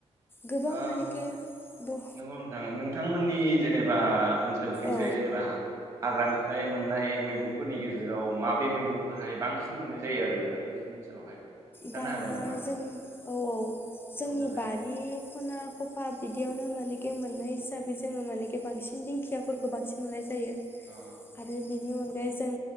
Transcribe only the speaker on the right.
आ
नोंगौ नोंथांमोननि जेनेबा ओनसोलखैजाय
जेनेबा हाग्रानिफ्राय मोननाय मैगंफोरनि गेजेराव माबे मैगंखौहाय बांसिन मोननाय जायो आरो नोंथां नोंसि नि ओनसोलावहाय खिथानो
हागोन नामा
औ देलाय
अ